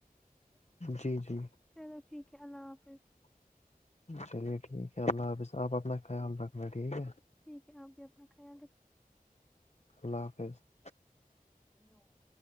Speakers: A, in the centre; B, on the left.
A: <unintelligible>
B: جی جی
A: چلو ٹھیک ہے اللہ حافظ
B: چلیے ٹھیک ہے اللہ حافظ آپ اپنا خیال رکھنا ٹھیک ہے
A: ٹھیک ہے آپ بھی اپنا خیال رکھ
B: ال اللہ حافظ <unintelligible>
A: یہ ہو <unintelligible>